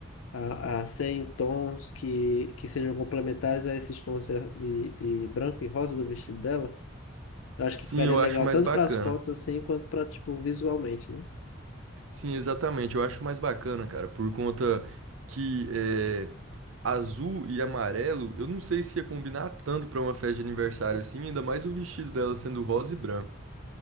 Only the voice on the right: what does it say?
Sim,
eu
acho mais
bacana.
Sim, exatamente. Eu acho mais bacana, cara, por conta que é, azul e amarelo, eu não sei se ia combinar tanto pra uma festa de aniversário assim, ainda mais o vestido dela sendo rosa e branco.